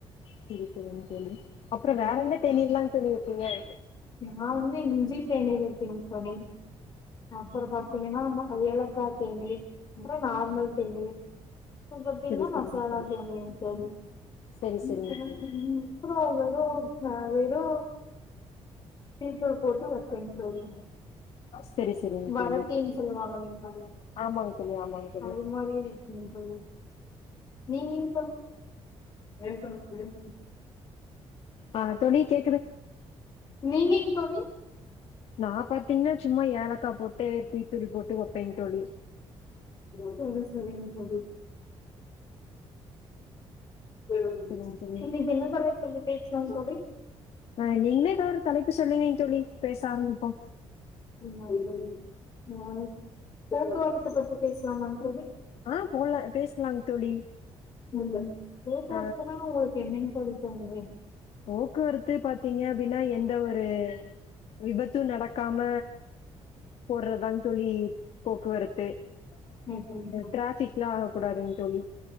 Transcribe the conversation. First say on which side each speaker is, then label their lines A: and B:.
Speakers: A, on the left; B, on the left.
A: செரி செரிங்க தோழி அப்றோ வேற என்ன தேநீர்லாங் தோழி வப்பிங்க
B: நா வந்து இஞ்சி தேநீர் வப்பேங் தோழி அப்றோ பாத்தீங்கனா ஏலக்கா தேநீர் அப்றோ நார்மல் தேநீர் இப்ப பாத்திங்கனா
A: சரி சரிங்க
B: மசாலா
A: தோழி
B: தேநீர்ங் தோழி
A: சரி
B: <unintelligible>
A: சரிங்க தோழி
B: நா வெறு டீத்தூள் போட்டு வப்பேங் தோழி
A: சரி சரிங்க
B: வரட்டீன்னு
A: தோழி
B: சொல்லுவாங்கல்லங் தோழி
A: ஆமாங்க தோழி ஆமாங்க தோழி
B: அது மாரி இருக்குங் தோழி நெய் மீன் பா பேசணு பேசணு
A: ஆ தோழி கே
B: நெய் மீன் கவி
A: நா பாத்திங்னா சும்மா ஏலக்கா போட்டு டீத்தூள் போட்டு வப்பேங் தோழி
B: செரி செரிங் தோழி வெரும்
A: சரிங்க தோழி
B: இன்னைக் என்ன தலைப்பு வந்து பேச தனுஷ்கோடி
A: ஆ நீங்ளே எதோ ஓர் தலைப் இப்ப சொல்லுவேங் தோழி பேச ஆரம்மிப்போ
B: அ போக்குவரத்த பத்தி பேசலாமாங் தோழி
A: ஆஹ் போல பேசலாங் தோழி
B: உம் ஏற்பாடுக்குனா
A: ஆ
B: உங்களுக் என்னங்க தோழி <unintelligible>
A: போக்குவரத்து பாத்திங்க அப்டின்னா எந்த ஒரு து விபத் து நடக் க்காம போறதாங் தோழி போக்குவரத்து
B: ஓகேங்க தோழி
A: ட்ராஃபிக்லா ஆக கூடாதுங் தோழி